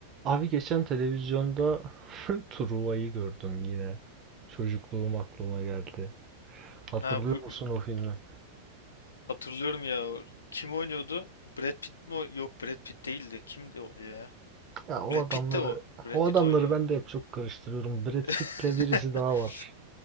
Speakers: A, on the right; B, on the left.
A: Abi geçen televizyonda <laughs> Truva'yı gördüm yine. Çocukluğum aklıma geldi. Hatırlıyor
B: Ha bu
A: musun o filmi?
B: hatırlıyorum ya. Kim oynuyordu? Brad Pitt mi? oy- Yok Brad Pitt değildi. Kimdi o ya?
A: Ya o
B: Brad
A: adamları,
B: Pitt de o. Brad
A: o
B: Pitt
A: adamları
B: oynuyordu.
A: ben de hep çok karıştırıyorum. Brad
B: <laughs>
A: Pitt'le birisi daha var.